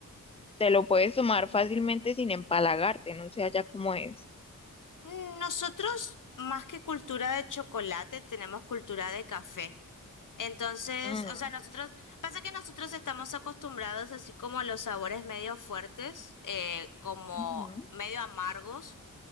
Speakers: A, on the left (about 15°); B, on the left (about 65°).
A: te lo puedes tomar fácilmente sin empalagarte, no sé allá cómo es.
B: Nosotros, más que cultura de chocolate, tenemos cultura de café. Entonces,
A: Mm,
B: o sea, nosotros, pasa que nosotros estamos acostumbrados así como a los sabores medio fuertes, eh, como
A: ujú,
B: medio amargos.